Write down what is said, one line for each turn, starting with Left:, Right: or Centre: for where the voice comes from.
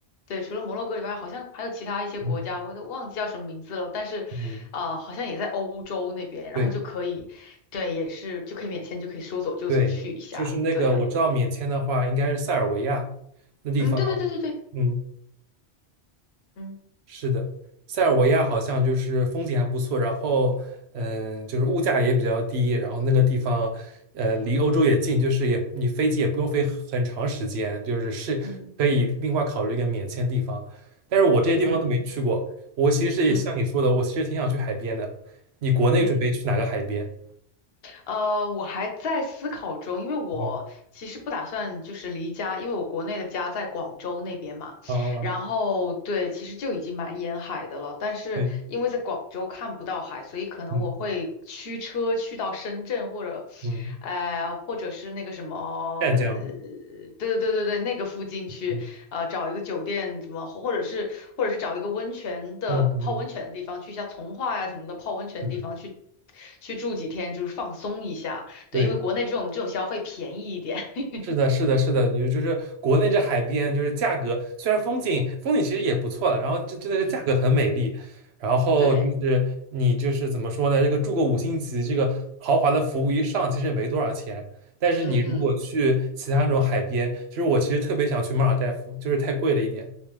Left: 对，除了摩洛哥以外，好像还有其他一些国家，
Right: 嗯
Left: 我都忘记叫什么名字了。但是，
Right: 嗯，
Left: 啊、好像也在欧洲那边，然后就可以，
Right: 对
Left: 对，也是就可以免签，就可以说走就走去一下。
Right: 对，就是那个我知道免签的话，
Left: 对，
Right: 应该是塞尔维亚那地方。
Left: 嗯，对对对对对，
Right: 嗯。
Left: 嗯
Right: 是的，塞尔维亚好像就是风景还不错，然后嗯，呃就是物价也比较低，然后那个地方呃离欧洲也近，就是也你飞机也不用飞很长时间，就是是可以另外考虑一个免签地方。
Left: 嗯
Right: 但是我这些地方都没去过，
Left: 嗯
Right: 我其实也像你说的，
Left: 嗯
Right: 我其实挺想去海边的。你国内准备去哪个海边？
Left: 嗯。呃，我还在思考中，因为我其实不打算就是离家，
Right: 嗯，
Left: 因为我国内的家在广州那边嘛。
Right: 哦，
Left: 然后对，其实就已经蛮沿海的了，但是因为在广州看不到海，
Right: 对，
Left: 所以可能我会驱车去到深圳或者
Right: 嗯嗯，
Left: 呃，或者是那个什么，
Right: 湛江，
Left: 呃对对对对对，那个附近去，
Right: 嗯
Left: 呃，找一个酒店什么，或者是或者是找一个温泉的泡温泉的地方，
Right: 嗯嗯，
Left: 去一下从化呀、什么的泡温泉的地方去
Right: 是的，
Left: 去住几天，就是放松一下。对，
Right: 对。
Left: 因为国内这种这种消费便宜一点。<laughs>
Right: 是的，是的，是的，你就是国内这海边，就是价格虽然风景风景其实也不错的，然后这真的是价格很美丽，
Left: 嗯，
Right: 然后就是你就是怎么说呢？
Left: 对，
Right: 这个住个五星级，这个豪华的服务一上，其实也没多少钱。但是你如果去其他那种海边，
Left: 嗯嗯，
Right: 其实我其实特别想去马尔代夫，就是太贵了一点。